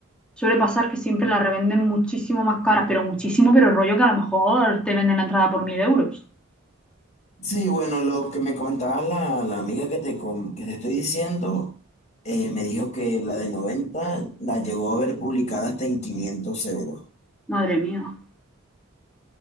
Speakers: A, in the centre; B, on the left (about 35°).
A: Suele pasar que siempre la revenden muchísimo más caras, pero muchísimo, pero rollo que a lo mejor te venden la entrada por mil euros.
B: Sí, bueno, lo que me comentaba la, la amiga que te, com- que te estoy diciendo, eh, me dijo que la de 90 la llegó a ver publicada hasta en 500 euros.
A: Madre mía.